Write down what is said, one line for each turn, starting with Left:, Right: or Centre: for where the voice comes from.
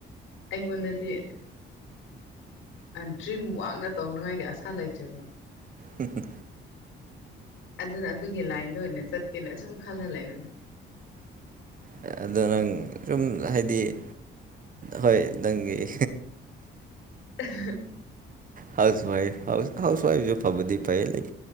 Left: ꯑꯩꯉ‍‍‌ꯣꯟꯗꯗꯤ ꯑꯥ ꯗ꯭ꯔꯤꯝ ꯋꯥꯡꯅ ꯇꯧꯅꯉꯥꯏꯒꯤ ꯑꯁꯥ ꯂꯩꯇ꯭ꯔꯦꯕ
Right: ꯍꯨꯍꯨ
Left: ꯑꯗꯨꯅ ꯑꯗꯨꯒꯤ ꯂꯥꯏꯟꯗ ꯑꯣꯏꯅ ꯆꯠꯀꯦꯅ ꯑꯁꯨꯝ ꯈꯜꯅ ꯂꯩꯕꯅꯤ
Right: ꯑꯗ ꯅꯪ ꯁꯨꯝ ꯍꯥꯏꯗꯤ ꯍꯣꯏ ꯅꯪꯒꯤ
Left: ꯑꯍꯥꯍꯥ <unintelligible> <inaudible>
Right: ꯍꯥꯎꯁ ꯋꯥꯏꯐ ꯍꯥꯎꯁ ꯍꯥꯎꯁ ꯋꯥꯏꯐꯁꯨ ꯐꯕꯗꯤ ꯐꯩꯌꯦ ꯂꯥꯏꯛ